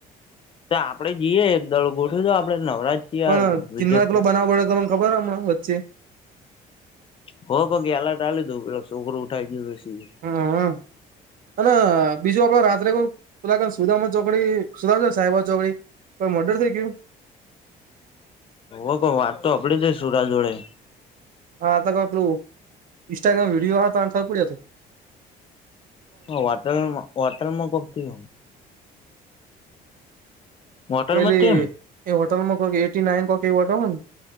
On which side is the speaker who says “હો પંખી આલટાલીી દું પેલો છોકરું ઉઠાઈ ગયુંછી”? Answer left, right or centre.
Left